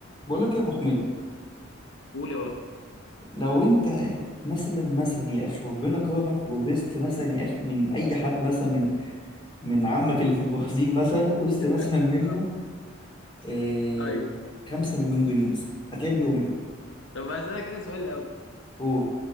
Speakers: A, on the left; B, on the left.
A: بقول لك يا ابو حميد
B: قول يا بطل
A: لو انت مثلا مثلا يا اخي ربنا كرمك وورثت مثلا يا اخي من اي حد مثلا من من عمك اللي في البرازيل مثلا ورثت مثلا
B: اه
A: منه آه
B: ايوه
A: 5 مليون جنيه مثلا هتعمل بيهم ايه؟
B: طب هسألك انا سؤال الاول
A: قول